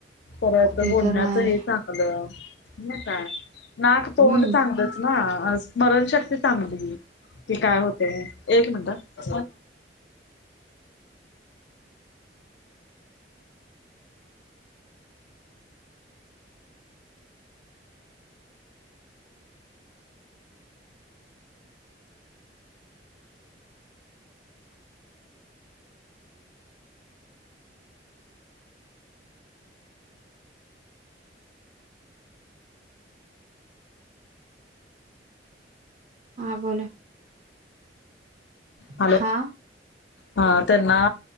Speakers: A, on the left (about 70°); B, on the right (about 40°).
A: परच
B: ते
A: बोलण्याचं
B: तर आहे
A: हे चांगलं ना काय नाक तोंड
B: हम्म
A: चांगतच ना स्मरणशक्ती चांगली कि काय होते एक मिनटात
B: हा बोला
A: हॅलो
B: हा
A: हा त्यांना